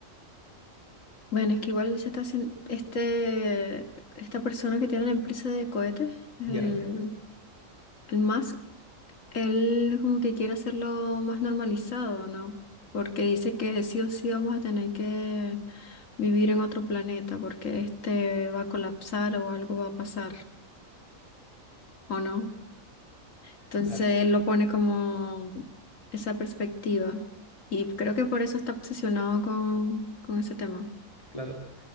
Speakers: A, on the left; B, on the left.
A: Bueno, es que igual se está haciendo este, esta persona que tiene la empresa de cohetes, el,
B: Ya,
A: el más, él como que quiere hacerlo más normalizado, ¿no? Porque dice que sí o sí vamos a tener que vivir en otro planeta, porque este va a colapsar o algo va a pasar, ¿o no? Entonces
B: claro,
A: él lo pone como esa perspectiva. Y creo que por eso está obsesionado con, con ese tema.
B: claro.